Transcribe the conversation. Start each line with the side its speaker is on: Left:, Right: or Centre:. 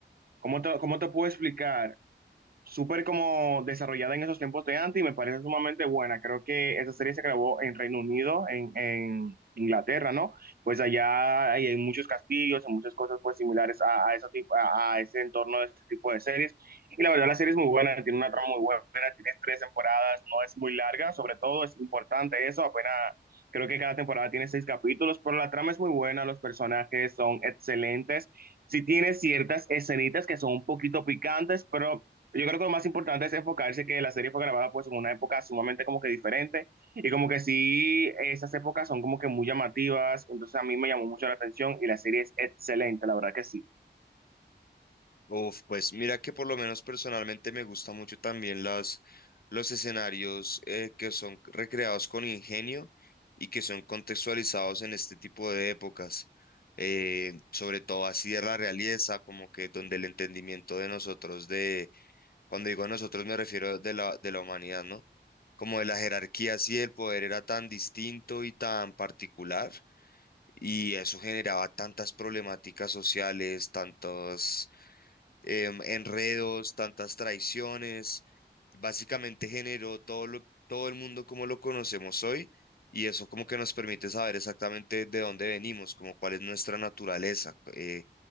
Right: ¿cómo te, cómo te puedo explicar? súper como desarrollada en esos tiempos de antes y me parece sumamente buena. Creo que esa serie se grabó en Reino Unido, en, en Inglaterra, ¿no? Pues allá hay, hay muchos castillos, hay muchas cosas pues similares a, a, eso tipo, a, a ese entorno de ese tipo de series. Y la verdad la serie es muy buena, tiene una trama muy buena, tiene tres temporadas, no es muy larga, sobre todo es importante eso, apenas... Creo que cada temporada tiene seis capítulos, pero la trama es muy buena, los personajes son excelentes. Sí tiene ciertas escenitas que son un poquito picantes, pero yo creo que lo más importante es enfocarse que la serie fue grabada pues en una época sumamente como que diferente y como que sí, esas épocas son como que muy llamativas, entonces a mí me llamó mucho la atención y la serie es excelente, la verdad que sí.
Left: Uf, pues mira que por lo menos personalmente me gusta mucho también las, los escenarios eh, que son recreados con ingenio y que son contextualizados en este tipo de épocas, eh, sobre todo así de la realeza, como que donde el entendimiento de nosotros, de, cuando digo nosotros me refiero de la, de la humanidad, ¿no? Como de la jerarquía así el poder era tan distinto y tan particular, y eso generaba tantas problemáticas sociales, tantos em, enredos, tantas traiciones. Básicamente generó todo lo, todo el mundo como lo conocemos hoy y eso como que nos permite saber exactamente de dónde venimos, como cuál es nuestra naturaleza, eh,